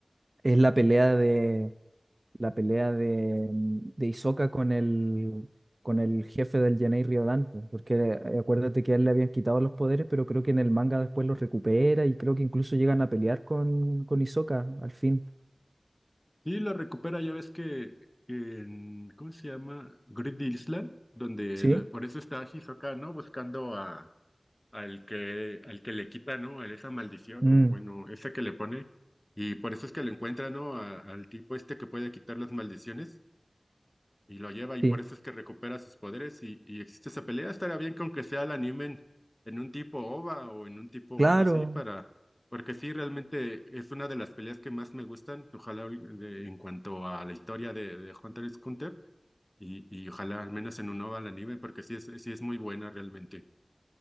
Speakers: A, on the right (about 45°); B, on the left (about 15°).
A: es la pelea de la pelea de, mm, de Hisoka con el con el jefe del Yanei Riodan, pues, porque eh, acuérdate que a él le habían quitado los poderes, pero creo que en el manga después los recupera y creo que incluso llegan a pelear con, con Hisoka al fin.
B: Y lo recupera, ya ves que en... ¿Cómo se llama? Grid Island, donde
A: ¿Sí?
B: de- por eso está Hisoka, ¿no? Buscando a, al que, al que le quita, ¿no? A esa maldición
A: Mm,
B: o bueno, esa que le pone. Y por eso es que lo encuentra, ¿no? A- al tipo este que puede quitar las maldiciones. y lo lleva y
A: sí.
B: por eso es que recupera sus poderes y, y existe esa pelea. Estaría bien con que sea la animen en un tipo OVA o en un tipo
A: Claro.
B: o algo así para, porque sí, realmente es una de las peleas que más me gustan, ojalá de- en cuanto a la historia de, de Hunter x Hunter y, y ojalá al menos en un OVA la anime porque sí es, sí es muy buena realmente.